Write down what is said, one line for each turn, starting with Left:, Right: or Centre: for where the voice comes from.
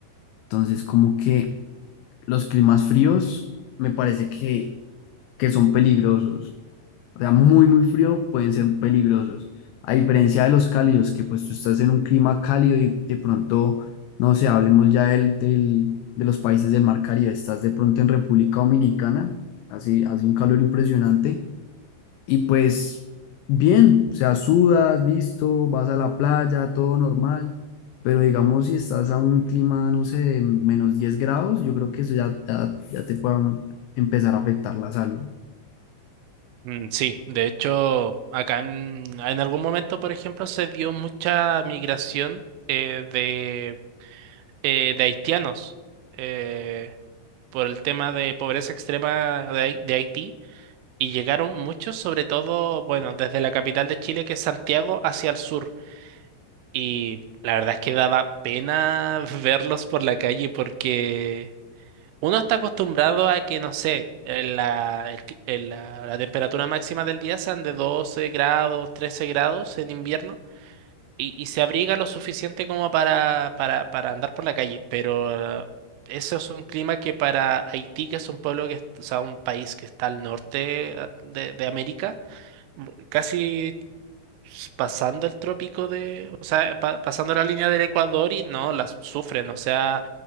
Left: Entonces, como que los climas fríos me parece que, que son peligrosos. O sea, muy, muy frío pueden ser peligrosos. A diferencia de los cálidos, que pues tú estás en un clima cálido y de pronto, no sé, hablemos ya del, del, de los países del Mar Caribe, estás de pronto en República Dominicana, así hace un calor impresionante y pues bien, o sea, sudas, listo, vas a la playa, todo normal, pero digamos si estás a un clima, no sé, de menos 10 grados, yo creo que eso ya, ya, ya te puede empezar a afectar la salud.
Right: Mm, sí, de hecho, acá en, en algún momento, por ejemplo, se dio mucha migración eh, de, eh, de haitianos eh, por el tema de pobreza extrema de Hai- de Haití Y llegaron muchos, sobre todo, bueno, desde la capital de Chile, que es Santiago, hacia el sur. Y la verdad es que daba pena <laughs> verlos por la calle porque uno está acostumbrado a que, no sé, en la, el cli- en la, la temperatura máxima del día sean de 12 grados, 13 grados en invierno y, y se abriga lo suficiente como para, para, para andar por la calle. Pero eh, eso es un clima que para Haití, que es un pueblo que, es- o sea, un país que está al norte eh, de de América, mu- casi pasando el trópico de, o sea, pa- pasando la línea del Ecuador y no, las sufren, o sea,